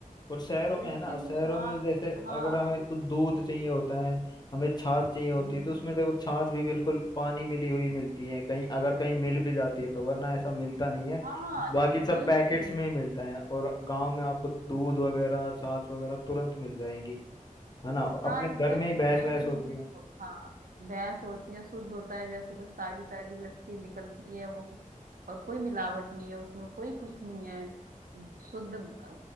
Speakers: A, on the left (about 30°); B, on the right (about 80°).
A: और शहरों
B: तो
A: में
B: इससे
A: है ना
B: मुझे
A: शहरों
B: वहाँ
A: में जैसे
B: हाँ
A: अगर हमें कुछ दूध चाहिए होता है हमें छाछ चाहिए होती
B: हम्म,
A: है तो उसमें
B: हम्म।
A: देखो छाछ भी बिल्कुल पानी मिली हुई मिलती है कहीं अगर कहीं मिल भी जाती है तो वरना ऐसा मिलता नहीं है
B: हाँ
A: बाकी
B: ए-
A: सब
B: वही
A: पैकेट्स
B: चीज
A: में ही मिलता है और गांव में आपको दूध वगैरह छाछ वगैरह तुरंत मिल जाएंगी है ना अपने
B: हाँ एग्जैक्टली
A: घर में ही भैंस
B: वही
A: भैंस
B: चीज
A: होती
B: मैं
A: है
B: वो- हाँ भैंस होती है शुद्ध होता है जैसे बस ताजी ताजी लस्सी निकलती है वो और कोई मिलावट नहीं है उसमें कोई कुछ नहीं है शुद्ध अ,